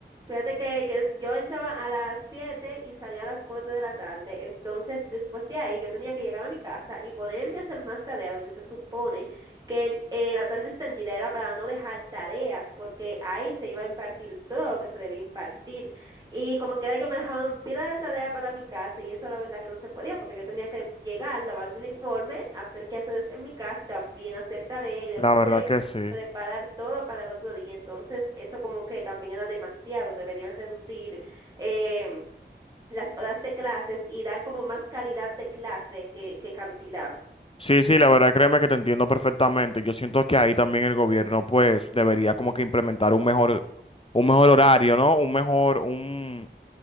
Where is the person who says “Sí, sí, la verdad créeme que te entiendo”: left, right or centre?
Left